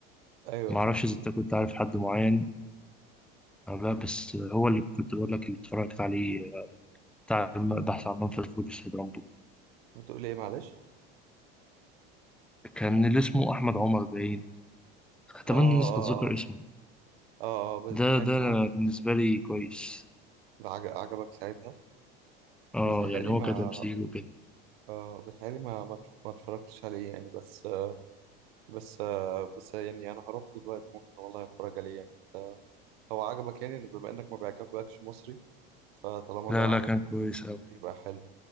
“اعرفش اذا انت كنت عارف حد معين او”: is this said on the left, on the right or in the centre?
Centre